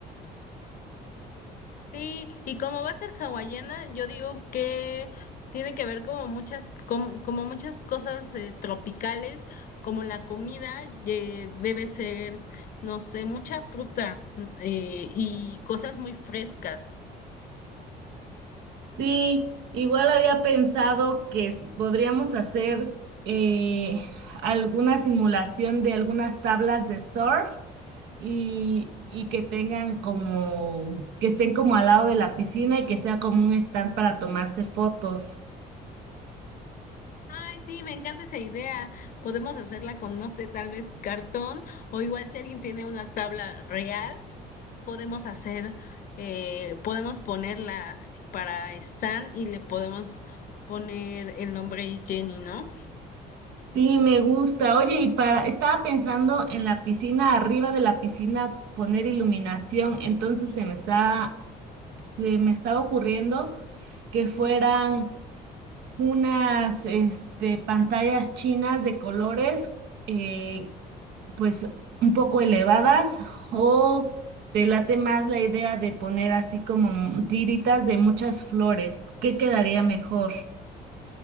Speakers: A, on the left; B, on the right.
A: Sí, y como va a ser hawaiana, yo digo que tiene que ver como muchas, com- como muchas cosas eh, tropicales, como la comida, eh, debe ser, no sé, mucha fruta, mm, eh, y cosas muy frescas.
B: Sí, igual había pensado que s- podríamos hacer eh, alguna simulación de algunas tablas de surf y, y que tengan como, que estén como al lado de la piscina y que sea como un stand para tomarse fotos.
A: Ay, sí, me encanta esa idea. Podemos hacerla con, no sé, tal vez cartón o igual si alguien tiene una tabla real, podemos hacer, eh, podemos ponerla para Stan y le podemos poner el nombre Jenny, ¿no?
B: Sí, me gusta. Oye, y para, estaba pensando en la piscina, arriba de la piscina poner iluminación, entonces se me está, se me estaba ocurriendo que fueran unas, este, pantallas chinas de colores, eh, pues un poco elevadas o te late más la idea de poner así como tiritas de muchas flores? ¿Qué quedaría mejor?